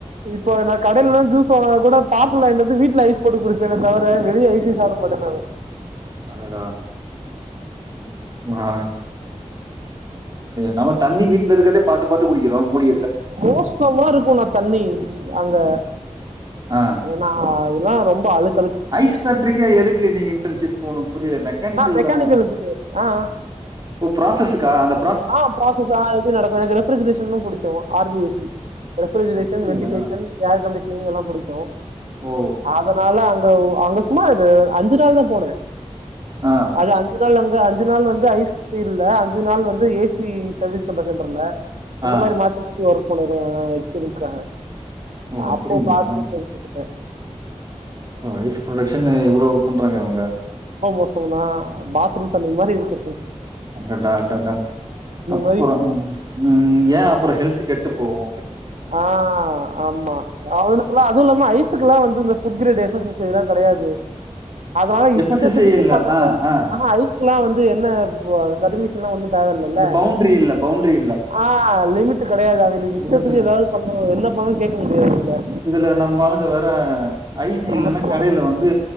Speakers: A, on the right; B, on the right.
A: இப்ப நா கடைலலா ஜூஸ் வாங்கனா கூட பார்சல் வாயின்ட்டு வந்து வீட்டுல ஐஸ் போட்டு குடிப்பேனே தவர வெளிய ஐசே சப்படமாட்ட நானு
B: அடடா <unintelligible> அ நம்ம தண்ணீ வீட்ல இருக்கறதே பாத்து பாத்து குடிக்கறோ முடி
A: மோசமா இருக்கு நா தண்ணி அங்க
B: ஆ
A: நா அதுலா ரொம்ப அழுக்
B: ஐஸ் ஃபேக்டரிக்கு எதுக்கு நீங்க இன்டர்ன்ஷிப் போணு புரில மெக்கானிக்கல்
A: நான்
B: தான
A: இன்ஜினியர் ஆ
B: ஓ பிராசஸ்க்கா அந்த
A: ஆ பிராசஸ் ஆ எப்டி நடக்கு எனக்கு ரெஃப்ரிஜரேஷனு புடிக்கு R P S C refrigeration
B: அப்படியா?
A: வென்டிலேஷன் ஏர் கண்டிஷனிங் எல்லா புடிக்கு
B: ஓ!
A: அதனால அ ங்க அங்க சுமா ஒரு அஞ்சு நாள் தா போன
B: அ
A: அது அஞ்சு நாள் அங்க அஞ்சு நாள் வந்து ஐஸ் பீல் ல அஞ்சு நாள் வந்து த ஏ சி சர்வீஸ் பண்ற சென்டர்ல அந்த
B: ஆ.
A: மாரி மாத்தி மாத் சி ஒர்க் பண்ண தா எக்ஸ்பிரியன்ஸ்காக
B: ஓ அப்படிங்களா?
A: அப்போ பாத்து தெரிச்சிகிட்ட
B: அ ஐஸ் ப்ரொடக்ஷன் இவ்வளோ பண்றாங்க அவங்க
A: ரொம்ப மோசமனா பாத்ரூம் தண்ணி மாரி இருக்கு
B: அடடா அடடா அப்பறோ
A: மாதிரி
B: ம் ஏ அப்பறோ ஹெல்த்து கெட்டு போவு
A: ஆ ஆமா அவனு ஃபுல்லா அதுவுல்லாம ஐஸுக்குலா வந்து இந்த food grade S S S I லா கெடையாது அதனால இஷ்டத்துக்கு
B: எஃப்எஸ்எஸ்ஐ
A: இருப்பானுங்க
B: இல்ல. ஆ, ஆ.
A: ஆஹா ஐஸ்க்ல்லா வந்து என்ன ப் <unintelligible> சில்லா ஒன்னு தேவயில்லல்ல
B: அது பவுண்டரி இல்ல பவுண்டரி இல்ல
A: ஆ லிமிட்டு கெடையாது அதுல் நீ இஷ்ட
B: லிமிட் இல்ல
A: துக் பண்ணு என்ன பண்ணணு கே்க முடியாதுல
B: இதுல நம்ம ஆளுங்க வேற ஐஸ் இல்லன்னா
A: அவங்கள ஆமா
B: கடைல வந்து